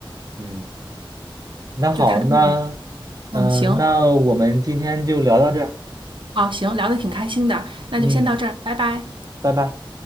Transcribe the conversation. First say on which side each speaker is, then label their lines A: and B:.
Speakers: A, on the right; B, on the right.
A: 嗯。那好，
B: 就他跟
A: 那
B: 嗯行，
A: 嗯、呃那我们今天就聊到这儿，
B: 好行，聊的挺开心的，那就先到这儿，
A: 嗯，
B: 拜拜。
A: 拜拜。